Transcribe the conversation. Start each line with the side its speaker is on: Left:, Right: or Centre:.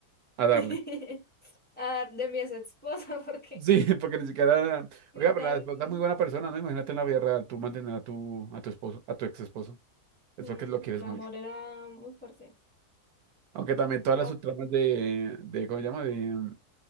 Right: a darle.
Centre: <laughs> Ah, de mi ex esposa, <laughs> porque
Right: Sí, <laughs> porque ni siquiera. Oiga, pero
Centre: de-
Right: la esposa
Centre: mm,
Right: es muy buena persona, ¿no? Imagínate en la vida real, tú mantener a tu, a tu esposo, a tu ex esposo. Es
Centre: mm,
Right: porque lo quieres
Centre: el amor
Right: mucho.
Centre: era muy fuerte.
Right: Aunque también todas
Centre: Ah,
Right: las subtramas de, de ¿cómo se llama? De,